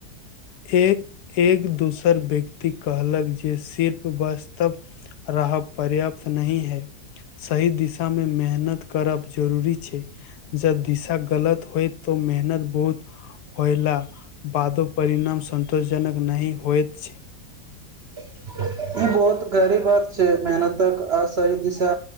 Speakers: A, on the left; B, on the right.
A: एक एक दोसर व्यक्ति कहलक जे सिर्फ वास्तव रहब पर्याप्त नहि है सही दिशा मे मेहनत करब जरूरी जब दिशा गलत होइ तऽ मेहनत बहुत होइला बादो सतोषजनक नहि होइत छै
B: <unintelligible> ई बहुत गहरी बात छै मेहनतक आ सही दिशा